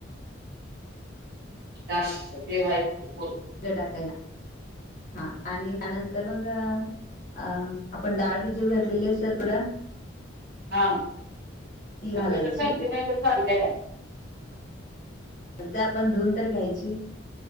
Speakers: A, on the right; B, on the left.
A: जास्त ते वा्हाय खप
B: टाकायच हा आणि त्यानंतर मग अ आपण डाळ भिजव घातलेली आहे सर थोडा
A: हा कस
B: ती घालायची
A: कस
B: ते आपण धुऊन तर घ्यायची